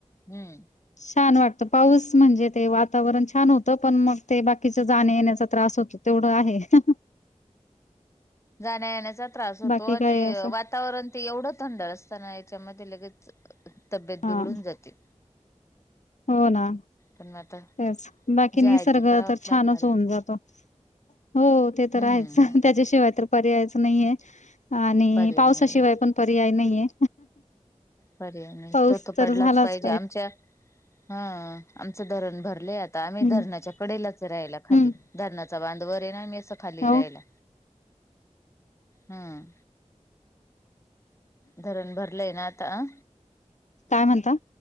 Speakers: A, on the left; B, on the left.
A: हम्म
B: छान वाटत पाऊस म्हणजे ते वातावरण छान होतं पण मग ते बाकीच जाण्या येण्याचा त्रास होतो. तेवढ आहे हं.
A: जाण्या येण्याचा त्रास होतो
B: बाकी
A: आणि
B: काय असं
A: वा वातावरण ते एवढं थंड असत ना याच्यामध्ये लगेच तब्येत
B: हा
A: बिघडून जाते.
B: हो ना.
A: पण आता.
B: तेच बाकी
A: जे आहे
B: निसर्ग
A: ते करावंच
B: तर छानच
A: लागणार आहे
B: होऊन जातो. हो ते तर
A: हम्म
B: हायच त्याच्याशिवाय तर पर्यायच नाहीय. आणि
A: पर्याय
B: पावसाशिवाय
A: नाही
B: पण पर्याय नाहीये.
A: पर्याय नाही,
B: पाऊस
A: तो तो
B: तर
A: पडलाच
B: झालाच
A: पाहिजे आमच्या. हा आमचं धरण भरलेय आता आम्ही
B: हम्म
A: धरणाच्या कडेलाच राहिला खाली
B: हम्म
A: धरणा बांधवर आहे ना आम्ही अस खाली
B: हो
A: राहिला हम्म. धरण भरलंय ना आता अ.
B: काय म्हणता?